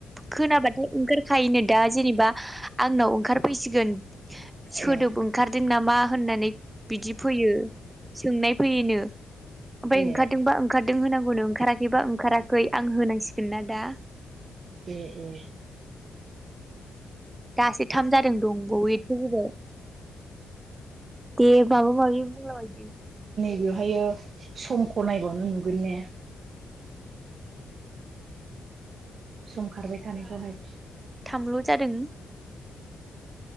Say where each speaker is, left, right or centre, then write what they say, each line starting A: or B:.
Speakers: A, on the right; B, on the right.
A: खोनाबाथाय ओंखारखायोनो दा जेनेबा आंनाव ओंखारफैसिगोन सोदोब
B: ए
A: ओंखारदों नामा होननानै बिदि फैयो सोंनाय फैयोनो। ओमफ्राय
B: ए
A: ओंखारदोंबा ओंखाद दों होनांगौनो ओंखाराखैबा ओंखाराखै। आं होनांसिगोन ना दा
B: ए ए
A: दासो थाम जादों दं बावो एथ' गोबाव बे माबो माबि बुंला बायदो।
B: बेवहायो समखौ नायबानो नुगोन ने। सम खारबाय थानायखौहाय।
A: थामल' जादों।